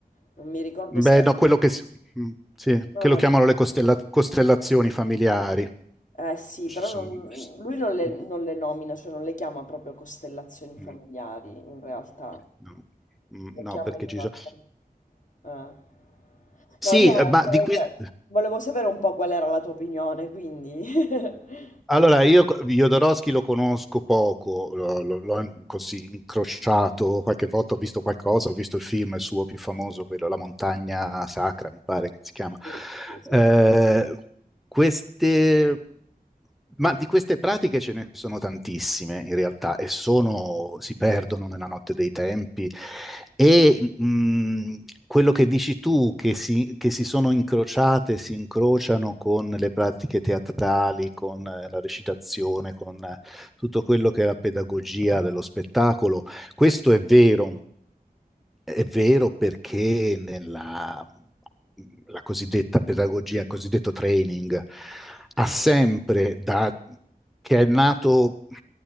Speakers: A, on the left (about 55°); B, in the centre.
A: non mi ricordo
B: Beh,
A: se era...
B: no, quello che, si- mm, sì,
A: No,
B: che
A: no,
B: lo chiamano
A: ti-
B: le costella- costellazioni familiari.
A: eh sì,
B: Ci
A: però
B: sono...
A: non-
B: Mm,
A: lui non le, non le nomina, cioè non le chiama proprio costellazioni familiari,
B: mm.
A: in realtà.
B: No, Mm,
A: Le
B: no,
A: chiama
B: perché
A: in
B: ci
A: un
B: sono...
A: altro... eh.
B: Sì,
A: No, niente,
B: eh, ma di questo...
A: cioè, volevo sapere un po' qual era la tua opinione, quindi... <laughs>
B: Allora, io Jodorowsky lo conosco poco, lo- lo- l'ho in- così incrociato qualche volta, ho visto qualcosa, ho visto il film suo più famoso, quello La montagna sacra, mi pare che si chiama.
A: Sì, sì, sì.
B: Eh, queste, ma di queste pratiche ce ne sono tantissime in realtà e sono, si perdono nella notte dei tempi. E mh, quello che dici tu, che si, che si sono incrociate, si incrociano con le pratiche teatrali, con eh, la recitazione, con eh, tutto quello che è la pedagogia dello spettacolo, questo è vero. È vero perché nella la cosiddetta pedagogia, il cosiddetto training, ha sempre da che è nato